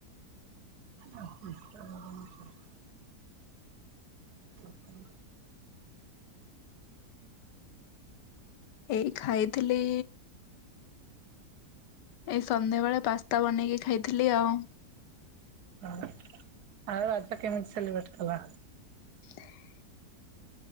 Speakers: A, on the right (about 70°); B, on the left (about 85°).
A: ଓହୋ ତାର ହୁଁ।
B: ଏଇ ଖାଇଥିଲି ଏଇ ସନ୍ଧ୍ୟାବେଳେ ପାସ୍ତା ବନେଇକି ଖାଇଥିଲି ଆଉ।
A: ଅ ଆଉ ରଜ କେମିତି ସେଲିବ୍ରେଟ୍ କଲ?
B: <unintelligible>